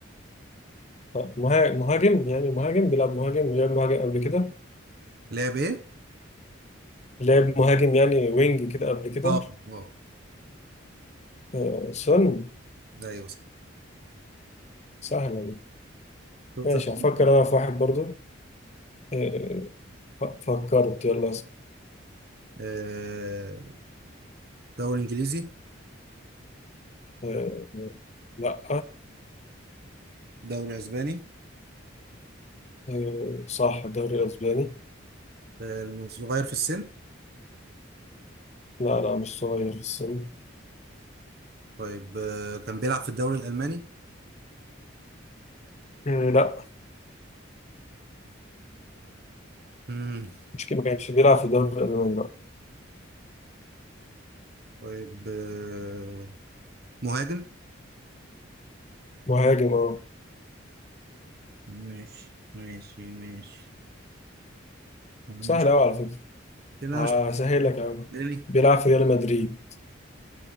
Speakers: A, on the left; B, on the right.
A: آه، مها- مهاجم يعني مهاجم بيلعب مهاجم لعب مهاجم قبل كده
B: لعب ايه؟
A: لعب مهاجم يعني وينج كده قبل كده
B: اه اه
A: آه، سن
B: ده ايوه صح
A: سهلا
B: شفت
A: ماشي هفكر انا في واحد برضو آه، ف- فكرت يلا اسأل.
B: آه، دوري انجليزي
A: آه، لا
B: دوري اسباني
A: آه، صح الدوري الاسباني
B: آه، صغير في السن
A: لا لا مش صغير في السن
B: طيب آه، كان بيلعب في الدوري الالماني
A: آه، لا
B: مم.
A: مش كده ما كانش بيلعب في الدوري الالماني لا
B: طيب آه، مهاجم
A: مهاجم اه
B: ماشي ماشي ماشي والله
A: سهل
B: مش-
A: قوي على فكره
B: كده مش
A: هسهل لك يا عم
B: بالي
A: بيلعب في ريال مدريد